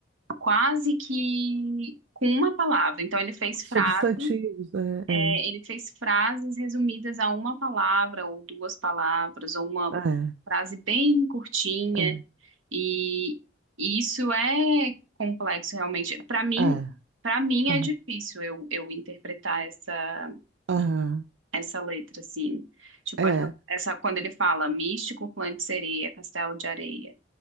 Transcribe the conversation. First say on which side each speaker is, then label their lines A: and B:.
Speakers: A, on the right; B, on the right.
A: quase que com uma palavra. Então, ele fez
B: Substantivos,
A: frase,
B: né? É,
A: é, ele fez frases resumidas a uma palavra ou duas palavras, ou uma
B: é,
A: frase bem curtinha.
B: é,
A: E isso é complexo, realmente. Para mim,
B: é,
A: para mim é
B: aham,
A: difícil eu, eu interpretar essa
B: aham,
A: essa letra, assim. Tipo,
B: é,
A: essa, essa quando ele fala místico, clã de sereia, castelo de areia.